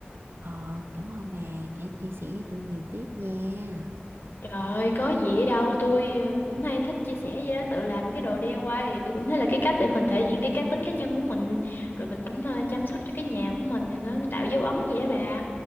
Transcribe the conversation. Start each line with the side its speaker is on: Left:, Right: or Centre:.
Right: ờ cảm ơn bà đã chia sẻ cho tôi nhiều tiếp nha
Left: trời ơi có gì ở đâu tôi ờ, cũng hay thích chia sẻ vậy đó tự làm mấy cái đồ DIY thì tôi cũng thấy là cái cách để mình thể hiện cái cá tính cá nhân của mình rồi mình cũng ờ, chăm sóc cho cái nhà của mình thì nó tạo dấu ấn vậy á bà